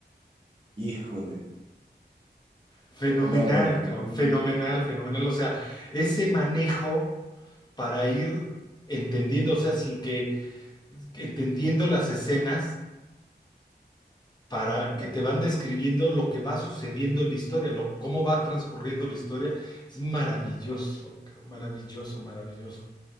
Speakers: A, on the right; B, on the left.
A: Híjole.
B: Fenomenal,
A: No, no, no,
B: cabrón.
A: qué hermoso.
B: Fenomenal, fenomenal. O sea, ese manejo para ir entendiendo, o sea, sin que, entendiendo las escenas para
A: Claro.
B: que te van describiendo lo que va sucediendo en la historia, lo, cómo va transcurriendo la historia, es maravilloso, cabrón, maravilloso, maravilloso.